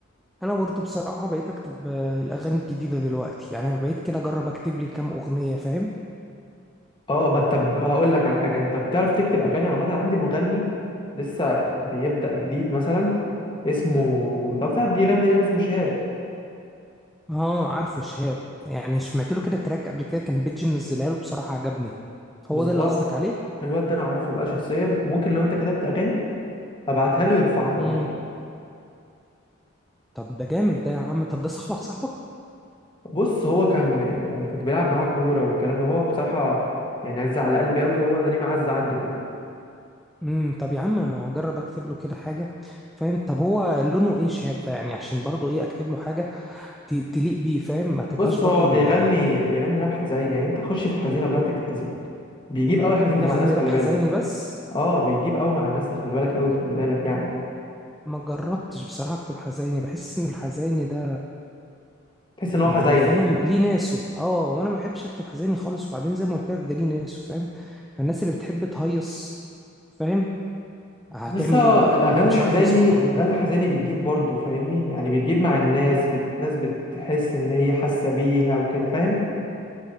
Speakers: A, in the centre; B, on the left (about 25°).
A: انا برضو بصراحة بقيت اكتب آه، الاغاني الجديدة دلوقتي يعني بقيت كده اجرب اكتب لي كام اغنية فاهم
B: اه بت- طب هقول لك على حاجه انت بتعرف تكتب اغاني عامه عندي مغني لسه بيبدا جديد مثلا اسمه طب بتاع بيغني راب اسمه شهاب
A: اه عارفه شهاب يعني سمعت له كده تراك قبل كده كان بيتجي منزلها له بصراحة عجبني
B: بالظبط
A: هو ده اللي قصدك عليه
B: الواد ده انا اعرفه بقى شخصيا وممكن لو انت كتبت اغاني ابعتها له يرفعها هو
A: امم
B: على طول
A: طب ده جامد ده يا عم طب ده صاحبك صاحبك
B: بص هو كان يعني كنت بيلعب معاه كوره والكلام ده هو بصراحه يعني عز على قلبي قوي هو انا ليه معز عنده كده
A: امم طب يا عم اجرب اكتب له كده حاجه فاهم طب هو لونه ايه شهاب ده يعني عشان برضه ايه اكتب له حاجه ت- تليق بيه فاهم ما تبقاش
B: بص
A: بره
B: هو بيغني
A: ال...
B: بيغني راب حزين يعني انت خش في الحزينه وبدأت تكتب حزين بيجيب قوي الحزين ده
A: يغني
B: مع الناس خلي
A: راب حزيني
B: بالك
A: بس
B: اه بيجيب قوي مع الناس ده خلي بالك قوي خلي بالك يعني
A: ما جربتش بصراحه اكتب حزيني بحس ان الحزيني ده
B: تحس ان هو
A: يعني
B: حزيني
A: فاهم ليه ناسه اه وانا ما بحبش اكتب حزيني خالص وبعدين زي ما قلت لك ده ليه ناسه فاهم فالناس اللي بتحب تهيص فاهم هتعمل
B: لسه
A: ايه بقى
B: الاغاني
A: يعني مش
B: الحزيني
A: عارفوا يسمعوه
B: الاغاني الحزيني بتجيب برضه فاهمني يعني بتجيب مع الناس بت... الناس بتحس ان هي حاسه بيها وكده فاهم